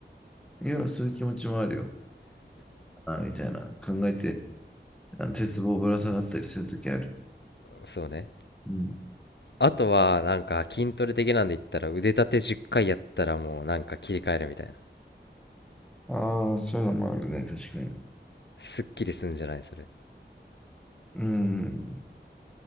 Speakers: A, in the centre; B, on the left (about 70°).
A: いや、そういう気持ちもあるよ。ああ、みたいな。考えて、あの、鉄棒ぶら下がったりするときある。
B: そうね
A: うん。
B: あとはなんか筋トレ的なんで言ったら腕立て10回やったらもうなんか切り替えるみたいな
A: ああ、そういうのもあるね、確かに。
B: すっきりすんじゃないそれ
A: うん。